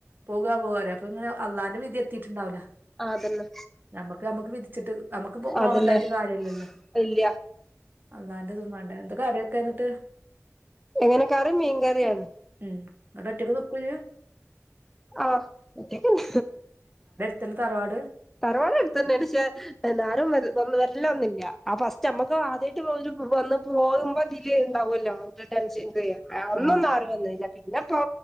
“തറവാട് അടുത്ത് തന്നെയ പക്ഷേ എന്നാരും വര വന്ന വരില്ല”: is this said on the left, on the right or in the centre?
Centre